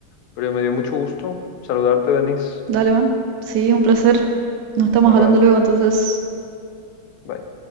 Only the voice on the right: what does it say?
Dale, van. Sí, un placer. Nos estamos
hablando luego, entonces.